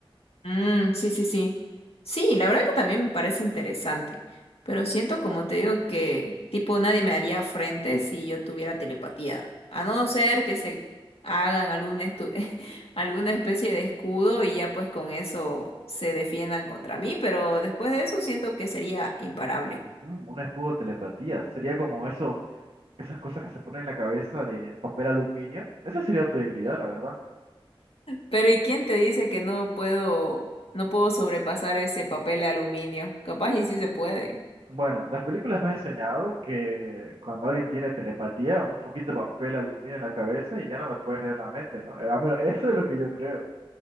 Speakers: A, on the left; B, on the right.
A: Mm, sí, sí, sí. Sí, la verdad que también me parece interesante, pero siento como te digo que tipo nadie me haría frente si yo tuviera telepatía, a no ser que se hagan algún estu- <laughs> alguna especie de escudo y ya pues con eso se defiendan contra mí, pero después de eso siento que sería imparable.
B: Mm, un escudo de telepatía, sería como esos, esas cosas que se ponen en la cabeza de papel aluminio. Esa sería tu debilidad, la verdad.
A: Pero ¿y quién te dice que no puedo, no puedo sobrepasar ese papel de aluminio? Capaz y sí se puede.
B: Bueno, las películas me han enseñado que cuando alguien tiene telepatía, un poquito de papel aluminio en la cabeza y ya no me puedes leer la mente, ¿no? Eh, A menos, eso es lo que yo creo.